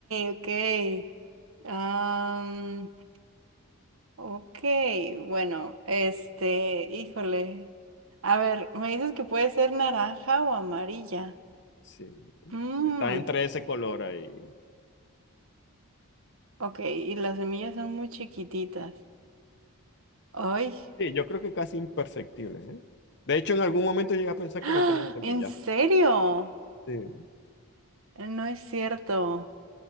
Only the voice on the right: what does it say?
ok. Am, ok, bueno, este, híjole. A ver, me dices que puede ser naranja o amarilla.
Mm,
ok, y las semillas son muy chiquititas. ¡Ay!
<gasps> ¡Ah!
¿En serio?
No es cierto.